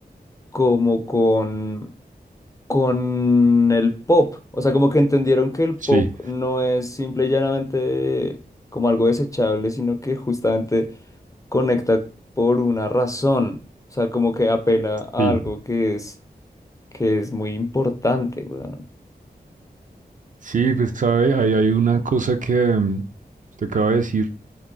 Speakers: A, on the left; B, on the right.
A: como con, con el pop. O sea, como que entendieron que el
B: Sí,
A: pop no es simple y llanamente como algo desechable, sino que justamente conecta por una razón. O sea, como que apela a
B: sí.
A: algo que es, que es muy importante, weón.
B: Sí, pues sabe, ahí hay una cosa que mm, usted acaba de decir